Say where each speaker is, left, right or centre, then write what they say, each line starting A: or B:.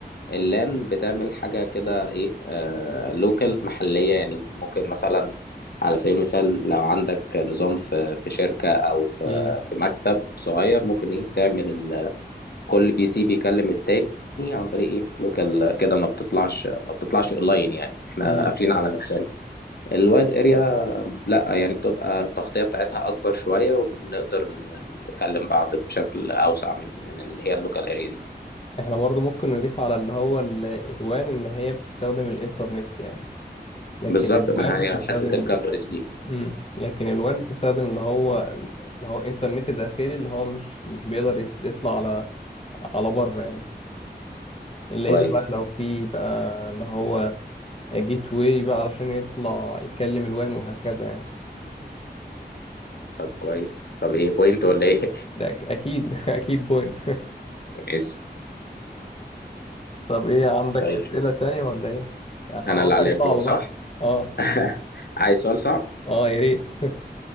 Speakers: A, on the left (about 65°); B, on the left (about 35°).
A: اللان بتعمل حاجة كده ايه آه لوكال محلية يعني ممكن مثلا على سبيل المثال لو عندك نظام في في شركة او في
B: امم
A: في مكتب صغير ممكن ايه تعمل ال- كل بي سي بيكلم التاني عن طريق ايه لوكال كده ما بتطلعش ما بتطلعش اونلاين يعني احنا
B: امم
A: قافلين على نفسنا الوايد اريا لا يعني بتبقى التغطية بتاعتها أكبر شوية وبنقدر ن- نكلم بعض بشكل أوسع من من اللي هي اللوكال اريا دي
B: احنا برضو ممكن نضيف على اللي هو ال- الوان ان هي بتستخدم الانترنت يعني لكن
A: بالظبط
B: الوان
A: ما هي
B: بتستخدم
A: حتة الكفرج دي
B: امم لكن الوان بتستخدم اللي هو اللي هو انترنت داخلي اللي هو مش مش بيقدر يس- يطلع على على بره يعني الا
A: كويس
B: اذا بقى لو في بقى اللي هو جيت واي بقى علشان يطلع يكلم الوان وهكذا يعني
A: طب كويس طب ايه بوينت ولا ايه؟
B: ده أك- اكيد <laughs> اكيد بوينت <laughs>
A: <laughs> ماشي
B: طب ايه عندك
A: طيب
B: اسئلة تانية ولا ايه يعني
A: أنا
B: عاوز
A: اللي عليا
B: حاجة
A: الدور
B: صعبة
A: صح؟
B: بقى اه
A: <laughs> عايز سؤال صعب؟
B: اه يا ريت <laughs>